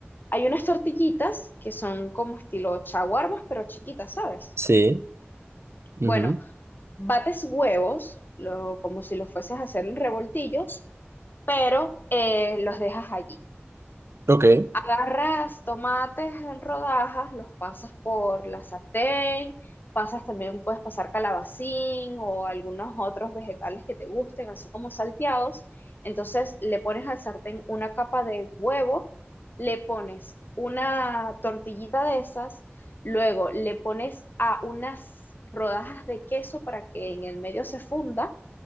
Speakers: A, on the left (about 50°); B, on the right (about 80°).
A: hay unas tortillitas que son como estilo chaguarmas, pero chiquitas, ¿sabes?
B: Sí,
A: Bueno,
B: ujú,
A: bates huevos, lo- como si los fueses a hacer en revoltillos, pero eh, los dejas allí.
B: Ok,
A: Agarras tomates en rodajas, los pasas por la sartén, pasas también, puedes pasar calabacín o algunos otros vegetales que te gusten, así como salteados. Entonces le pones al sartén una capa de huevo, le pones una tortillita de esas, luego le pones a unas rodajas de queso para que en el medio se funda